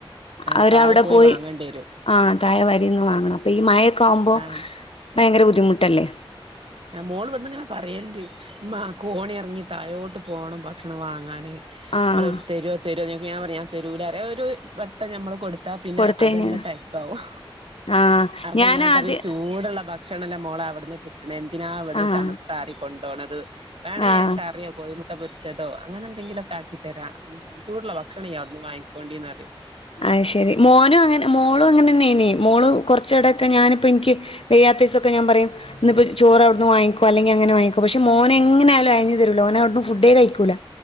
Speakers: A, on the right; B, on the left.
A: ആഹ്
B: അവരവിടെ
A: താഴെ
B: പോയി
A: വാങ്ങേണ്ടി വരും
B: ആ- മുത്തായ വരിന്ന് വാങ്ങണം അപ്പൊ ഈ മഴൊക്കെ ആവുമ്പോ
A: ആഹ്
B: ഭയങ്കര ബുദ്ധിമുട്ടല്ലേ.
A: മോൾ വിടന്ന് ഇങ്ങനെ പറയണ്ട് ഉ കോണി ഇറങ്ങി തയോട്ട് പോണം ഭക്ഷണം വാങ്ങാാന്.
B: ആഹ്
A: നിങ്ങ തരോതരോഞാൻ പറയാ ഞാൻ പറയു തെരുൂലേ ഒരു വട്ടം നമ്മള് കൊടു- പിന്നെ
B: കൊടുത്തഴിഞ്ഞ
A: അത്ന്നെ തെക്കാവും
B: ആഹ്
A: അപ്പൊ
B: ഞാനാദ്യ
A: ഞാൻ പറയും ചൂടുള്ള ഭ- ഭക്ഷണമല്ല മോള അവിടു നിന്ന് കിട്ടണ എന്തിനാാണ് അവിടുന്ന്
B: ആഹ്
A: തണുത്തറി കൊണ്ടണത്. വേണ
B: ആഹ്
A: ഞനൻ കറിയോ കോഴിമുട്ട പൊരിച്ചതോ അങ്ങനെ എന്തെങ്കിലുമൊക്കെ ആക്കിത്തരാം ഉ ചൂടുള്ള ഭക്ഷണം വിടുന്ന് വാങ്ങിക്കോണ്ടിന്ന് അറി
B: അഹ ശെരി മോനും അങ്ങനെ മോളും അങ്ങനെ തന്നെ ഇന മോളും കൊറച്ചടൊക്കെ ഞാനിപ്പോ എനിക്ക്. വ്യാത്ത ദിവസൊക്കെ ഞൻ പറയും ഇപ്പോ ചോ അവിടുന്ന് വാങ്ങോ അല്ലെങ്ക അങ്ങനെ വാങ്ങിക്കോ പക്ഷ മോന് ' എങ്ങന ആാലും അയഞ്ഞു തരൂല അ അവിടന്ന് ഫുഡേ കഴിക്കൂല